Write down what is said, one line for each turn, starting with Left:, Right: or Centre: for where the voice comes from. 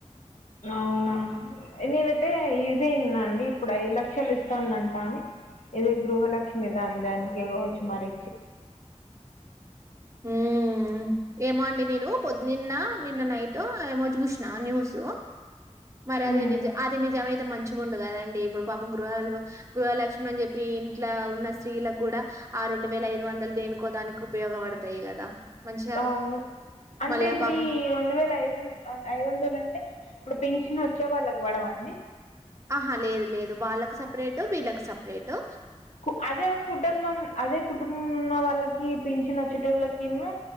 Left: అవునా నేనైతే ఇదే ఇన్నా అండి. ఇప్పుడు ఐదు లక్షలు ఇస్తాండట అని ఏదో గృహలక్ష్మి దాన్ దాన్ దానికే గవాచ్చు మరి
Right: ఉమ్ మ్ ఏమో అండి నేను పొద్ నిన్న నిన్న నైట్ ఏమో చూసిన న్యూసు మరి
Left: హ్మ్
Right: అది నిజ అది నిజం అయితే మంచిగా ఉండు కదండి. ఇప్పుడు పాపం గృహాలు గృహలక్ష్మి అని చెప్పి ఇంట్లో ఉన్న స్త్రీలకు కూడా ఆ రెండు వేల ఐదు వందలు దేనుకోదానికి ఉపయోగపడతాయి కదా మంచిగా
Left: అవును అంటే
Right: మళ్ళా
Left: ఇప్పుడు
Right: పాపం
Left: ఈ రెండు వేల ఐదు ఐదు వందలు అంటే ఇప్పుడు పించిన వచ్చే వాళ్ళకి పడవండి.
Right: ఆహా లేదు లేదు, వాళ్ళకు సప్రేటు, వీళ్ళకు సప్రేటు.
Left: కు అదే కుటుంబం, అదే కుటుంబం ఉన్న వాళ్ళకి పిన్చిన్ అచ్చేటోళ్లకి ఉన్ను.